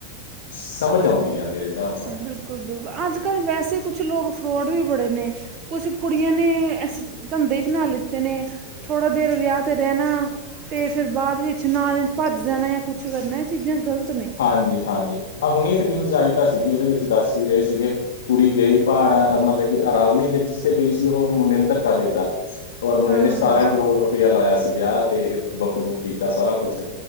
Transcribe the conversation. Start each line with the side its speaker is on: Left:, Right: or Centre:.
Left: ਸਮਝ ਆਉਂਦੀ ਆ ਮੇਰੇ ਹਿਸਾਬ ਨਾਲ
Right: ਬਿਲਕੁਲ ਬਿਲਕੁਲ ਅੱਜ ਕੱਲ ਵੈਸੇ ਕੁਛ ਲੋਕ ਫਰਡ ਵੀ ਬੜੇ ਨੇ ਕੁਛ ਕੁੜੀਆਂ ਨੇ ਐਸੀੇ ਧੰਦੇ ਬਣਾ ਲਿੱਤੇ ਨੇ ਥੋੜ੍ਹਾ ਦੇਰ ਵਿਆਹ 'ਤੇ ਰਹਿਣਾ ਅਤੇ ਫਿਰ ਬਾਅਦ ਵਿੱਚ ਨਾਲ ਭੱਜ ਜਾਣਾ ਜਾਂ ਕੁਛ ਕਰਨਾ ਇਹ ਚੀਜ਼ਾਂ ਗਲਤ ਨੇ
Left: ਹਾਂਜੀ ਹਾਂਜੀ ਹਾਂ ਹੁਣੀ ਇੱਕ ਨਿਊਜ਼ ਆਈ ਤਾਂ ਸੀਗੀ ਉਹਦੇ ਵਿੱਚ ਦੱਸ ਵੀ ਰਹੇ ਸੀਗੇ ਕੁੜੀ ਗਈ ਪਹਾੜ ਅ ਮਤਲਬ ਕਿ ਅਰਾਵਲੀ ਹਿਲਸ ਤੇ ਗਈ ਸੀ ਉਹ ਮੁੰਡੇ ਨੂੰ ਧੱਕਾ ਦੇਤਾ ਹੋਰ ਮੁੰਡੇ
Right: ਹਾਂ
Left: ਨੇ ਸਤਾਰਾਂ ਕਰੋੜ ਰੁਪਇਆ ਲਾਇਆ ਸੀ ਵਿਹ ਤੇ ਬੁੱਕ ਬੁੱਕ ਕੀਤਾ ਸਾਰਾ ਕੁਛ